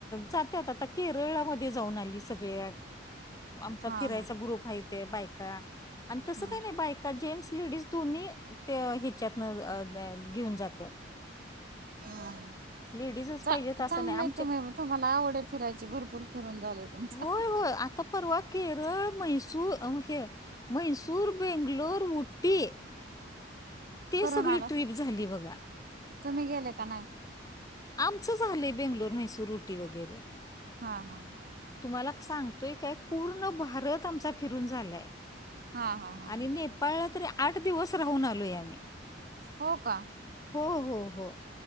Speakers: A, on the left; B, on the right.
A: जात्यात केरळामध्ये जाऊन आली सगळ्या आमचा
B: हा
A: फिरायचा
B: हा
A: ग्रुप आहे ते बायका. आणि तसं
B: हम्म
A: काही नाही बायका जेंट्स, लेडीज दोन्ही ते ह्याच्यात‌अ घेऊन जात्यात.
B: हा हा
A: लेडीजच
B: चा
A: पाहिजे तंअस
B: चांगलंय
A: नाही आमचे
B: तुम्ही तुम्हाला आवड फिरायची भरपूर फिरून झाले. तुमचं.
A: होय होय आ आता पर्वा केरळ, मैसूर, अ हे मैसूर, बेंगलोर, उटी,
B: <inaudible>
A: ते सगळी
B: आला
A: ट्रीप झाली बघा.
B: तुम्ही गेले का नाही?
A: आमचं झालंय बेंगलोर, म्हैसूर, उटी वगैरे.
B: हा हा.
A: तुम्हाला सांगतोय काय पूर्ण भारत आमचा फिरून झालाय.
B: हा हा हा
A: आणि नेपाळलं तरी आठ दिवस राहून आलोय आम्ही.
B: हो का!
A: हो हो हो.